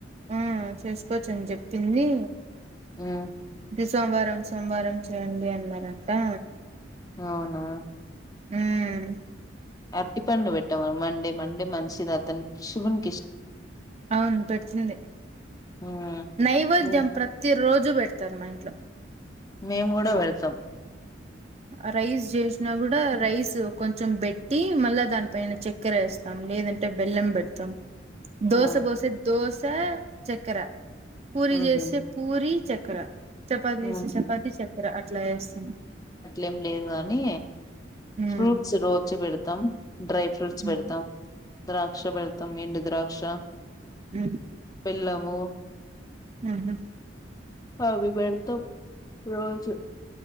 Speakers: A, on the right; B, on the left.
A: ఆ చేసుకోవచ్చని చెప్పింది
B: హ్మ్
A: తి సోమవారం సోమవారం చెయండి అన్నారంటా
B: అవునా
A: ఉమ్
B: అరటిపండు పెట్టవా మండే మండే మంచిదతని శివున్
A: అవును పెడుతుంది
B: ఉమ్
A: నైవేద్యం
B: ఉమ్,
A: ప్రత్తిరోజ్ జు బెడతరు మా ఇంట్లొ
B: మేము కూడా వెళ్తాం
A: అ రైస్ జేష్నా గుడా రైస్ కొంచెం బెట్టి మళ్ళా దాన్ పైన చక్కెరేస్తాం లేదంటె బెల్లంబెడతం దోస
B: ఆ
A: బోసి దోసా చెక్కెర పూరి
B: ఉహు
A: చేస్తే పూరి చ క్కర చపాతి
B: ఆహా.
A: చెస్తే చపాతి చక్కెర అట్లా ఎస్తం
B: ఏం లేదు గానీ
A: ఉమ్
B: ఫ్రూట్స్ రోజు బెడు తం డ్రై ఫ్రూట్స్
A: ఉమ్
B: బెడతాం ద్రాక్ష బెడతం ఎండు ద్రాక్ష
A: అ
B: లవ్వు
A: ఉహు
B: హావి బెడ్ త్తొం రోజు